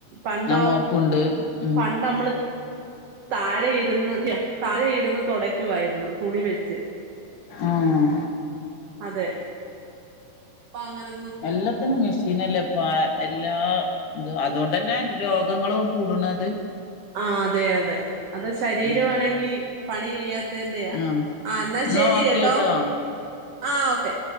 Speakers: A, on the right; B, on the left.
A: പണ്ടോ
B: ആ മോപ്പുണ്ട് ഉം
A: പണ്ട് അമ്മള് താഴെയിരുന്ന് താഴയിരുന്ന് തുൊടയ്ക്കുവായിരുന്നു തുണി വെച്ച്
B: ആഹ്
A: അതെ പ്പ അങ്ങനൊ
B: എല്ലാത്തിനും മി പിന്നല്ലേ ഇപ്പൊ എല്ലാ എന്തുവാ അതുകൊണ്ടന്നെ രോഗങ്ങളും കൂടണത്
A: ആഹ് അതെ അതെ അത ശരീരം
B: ഉം
A: അനങ്ങി പണി ചെയ്യാ തേന്റെയാ
B: ആഹ്
A: ആ എന്നാൽ
B: എന്നാ
A: ശരി
B: ഓക്കെ
A: കേട്ടോ
B: ട്ടോ
A: ആ ഓക്കെ